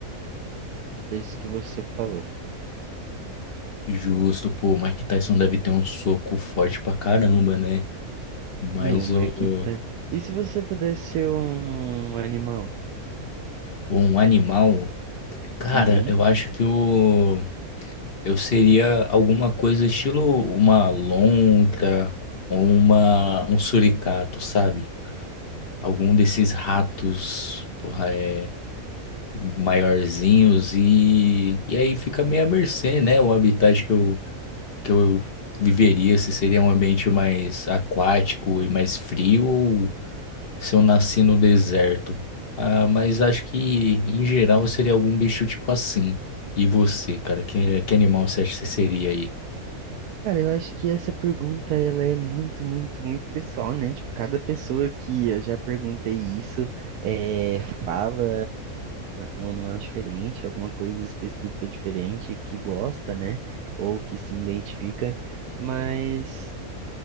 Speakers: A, on the right; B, on the left.
A: esse que você falou.
B: Justo, pô, o Mike Tyson deve ter um soco forte pra caramba, né? Mas
A: Não, o Mike
B: o, o-
A: Tyson. E se você pudesse ser um animal?
B: pô, um animal, cara,
A: Uhum.
B: eu acho que o eu seria alguma coisa estilo uma lontra, uma um suricato, sabe? algum desses ratos porra, é, maiorzinhos e, e aí fica meio à mercê, né? O habitat que eu, que eu viveria, se seria um ambiente mais aquático e mais frio ou se eu nasci no deserto. Ah, mas acho que em geral eu seria algum bicho tipo assim. E você, cara, que, que animal você acha que você seria aí?
A: Cara, eu acho que essa pergunta ela é muito, muito, muito pessoal, né? Tipo, cada pessoa que eu já perguntei isso é, fala um animal diferente, alguma coisa específica diferente que gosta, né? Ou que se identifica. Mas